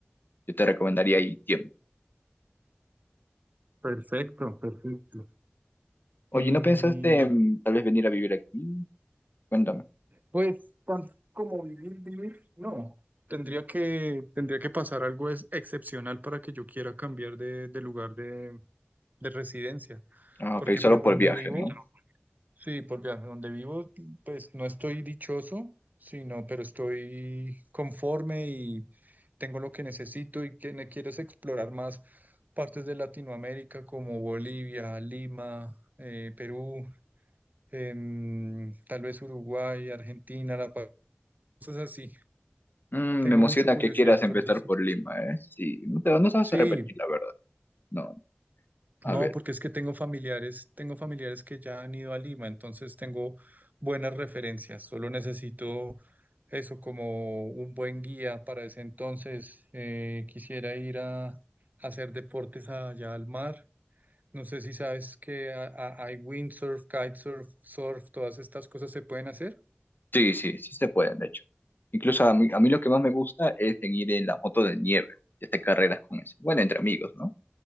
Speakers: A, on the left; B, on the right.
A: Yo te recomendaría ahí tiempo.
B: Perfecto, perfecto.
A: Oye,
B: Y
A: ¿no pensaste en tal vez venir a vivir aquí? Cuéntame.
B: pues tanto como vivir, vivir, no. Tendría que, tendría que pasar algo es excepcional para que yo quiera cambiar de, de lugar de, de residencia,
A: Ah,
B: porque
A: ok, solo
B: pues
A: por
B: donde
A: viaje,
B: vivo
A: ¿no?
B: Sí, porque donde vivo, pues no estoy dichoso, sino, pero estoy conforme y tengo lo que necesito y que me quieres explorar más partes de Latinoamérica como Bolivia, Lima, eh, Perú, em, tal vez Uruguay, Argentina, La Paz, cosas así.
A: Mm,
B: Tengo
A: me emociona
B: mucha curiosidad
A: que quieras empezar
B: por eso. Sí,
A: por Lima, ¿eh? Sí, no te, no te vas
B: Sí,
A: a arrepentir, la verdad. No, a
B: No,
A: ver.
B: porque es que tengo familiares, tengo familiares que ya han ido a Lima, entonces tengo buenas referencias. Solo necesito eso como un buen guía para ese entonces. Eh, quisiera ir a, a hacer deportes allá al mar. No sé si sabes que a- a- hay windsurf, kitesurf, surf, todas estas cosas se pueden hacer.
A: Sí, sí, sí se pueden, de hecho. Incluso a mí, a mí lo que más me gusta es en ir en la moto de nieve y hacer carreras con eso. Bueno, entre amigos, ¿no?